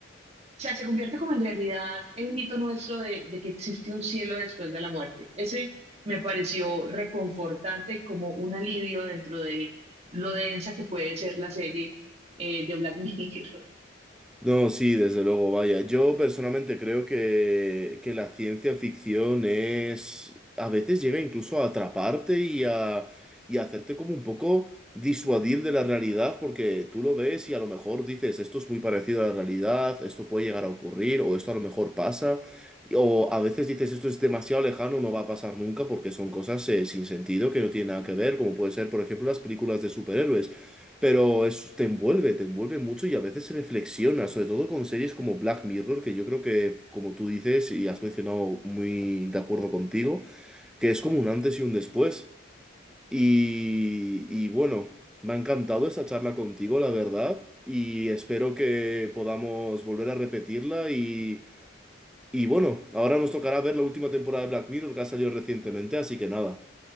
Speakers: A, on the right (about 30°); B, in the centre.
A: sea, se convierte como en realidad el mito nuestro de, de que existe un cielo después de la muerte. Ese me pareció reconfortante como un alivio dentro de lo densa que puede ser la serie eh, de Black Mirror.
B: No, sí, desde luego, vaya. Yo personalmente creo que, que la ciencia ficción es... A veces llega incluso a atraparte y a, y a hacerte como un poco disuadir de la realidad, porque tú lo ves y a lo mejor dices, esto es muy parecido a la realidad, esto puede llegar a ocurrir, o esto a lo mejor pasa, o a veces dices, esto es demasiado lejano, no va a pasar nunca, porque son cosas eh, sin sentido, que no tienen nada que ver, como puede ser, por ejemplo, las películas de superhéroes. Pero es, te envuelve, te envuelve mucho y a veces reflexiona, sobre todo con series como Black Mirror, que yo creo que, como tú dices y has mencionado muy de acuerdo contigo, que es como un antes y un después. Y, y bueno, me ha encantado esta charla contigo, la verdad, y espero que podamos volver a repetirla. Y, y bueno, ahora nos tocará ver la última temporada de Black Mirror que ha salido recientemente, así que nada,